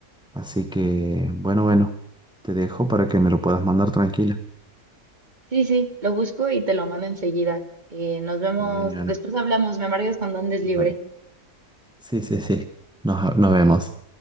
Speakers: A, in the centre; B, on the right.
A: Así que, bueno, bueno, te dejo para que me lo puedas mandar tranquila.
B: Sí, sí, lo busco y te lo mando enseguida. Eh, nos vemos,
A: Muy bien, Ivana.
B: después hablamos, me marcas cuando andes
A: Nos
B: libre.
A: vemos. Sí, sí, sí. Nos, nos vemos.